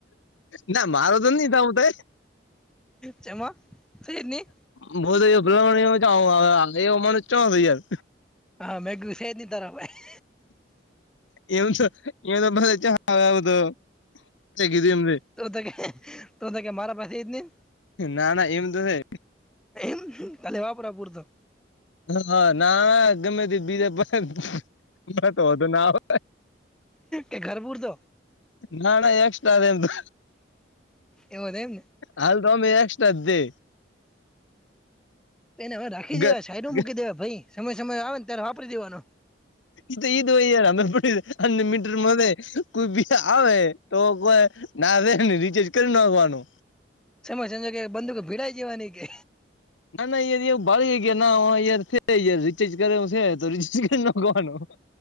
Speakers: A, on the left (about 85°); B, in the centre.
A: ના મારો તો ની સાવું થાય.
B: ચમા? થી જ ની?
A: ઊભો થયો પેલો જયો અવો એનો મોનણ ચો યાર.
B: હા મેં કીધું હેજ નયી તારા પાહે.
A: એવું છે એમ તો મારે ચ આવું તો. તે કીધું એમને.
B: તો તો કે તો તો કે મારા પાસે છેજ નહીં.
A: ના ના એમ તો છે.
B: એમ ખાલી રેવાપુરા પૂરતું.
A: હ ના ગમે તે બીજા પાસે અમારે તો વોધો ના આવે.
B: કે ઘર પૂરતો
A: ના, ના, એમ તો એક્સ્ટ્રા છે.
B: એવુ છે, એમ.
A: હાલ તો, અમે એક્સ્ટ્રા જ છે.
B: તો એને ઢાંકી
A: દે
B: દેવા સાઈડ મૂકી દેવા ભાઈ, સમય-સમય આવે ને, ત્યારે વાપરી દેવાનો.
A: એ તો એ જ હોય, હમણાં અનલિમિટેડ હોય. કોઈ બીજ આવે, તો કોઈ ના આવેને, રિચાર્જ કરી નાખવાનો.
B: સમય સંજો કે, બંદુક ભીડાઈ જવાની. કે
A: ના, ના, એવું ભળે ગયા ના, રિચાર્જ કરે છે. દરી જ કે ન ગવાનો